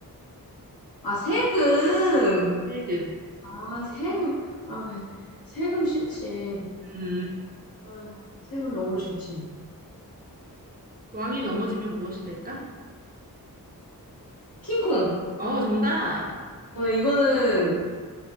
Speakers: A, on the left; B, on the right.
A: 아, 세금.
B: 세금.
A: 아, 세금. 아, 그래. 세금 싫지.
B: 음,
A: 아, 세금 너무 싫지.
B: 왕이 넘어지면 무엇이 될까?
A: 킹콩.
B: 어, 정답.
A: 어, 이거는